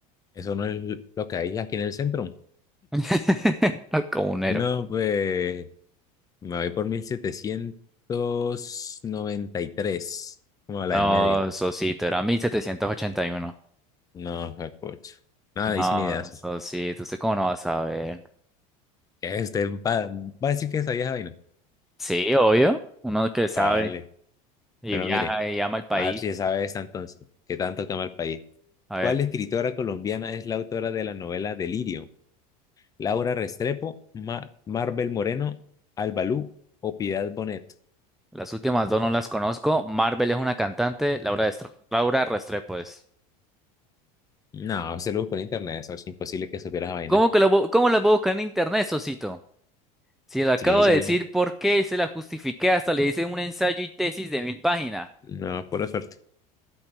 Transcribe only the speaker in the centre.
<laughs> Los comuneros.
No,
socito, era 1781.
No,
socito, ¿usted cómo no va a saber?
Sí, obvio. Uno que sabe
y
viaja
y ama el país.
A ver,
las últimas dos no las conozco. Marvel es una cantante. Laura, Destro- Laura Restrepo es.
¿Cómo que lo, bu- cómo la puedo buscar en internet, Sosito? Si le acabo
de decir por qué se la justifiqué, hasta le hice un ensayo y tesis de mil páginas.